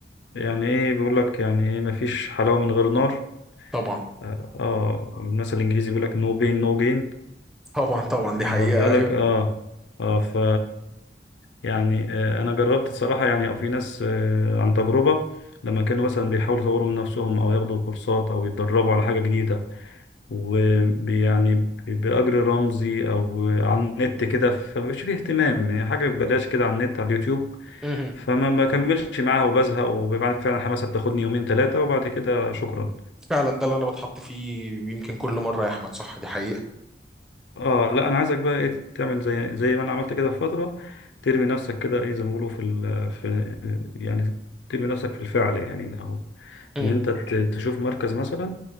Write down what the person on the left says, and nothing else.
يعني ايه بيقول لك يعني ايه مفيش حلاوة من غير نار
اه آه، المثل الانجليزي بيقول لك نو بين نو جين
واخد
بالك
اه اه ف يعني آه انا جربت الصراحة يعني او في ناس آه عن تجربة لما كانوا مثلا بيحاولوا يطوروا من نفسهم او ياخدوا كورسات او يتدربوا على حاجة جديدة ويعني بأجر رمزي او على النت كده فمش فيه اهتمام يعني حاجة ببلاش كده على النت على اليوتيوب
فما بكملش معاها وبزهق وبعد فعلا الحماسه بتاخدني يومين ثلاثه وبعد كده شكرا
اه لا انا عايزك بقى ايه تعمل زي زي ما انا عملت كده في فتره ترمي نفسك كده ايه زي ما بيقولوا في ال في يعني ترمي نفسك في الفعل يعني او
ان انت ت- تشوف مركز مثلا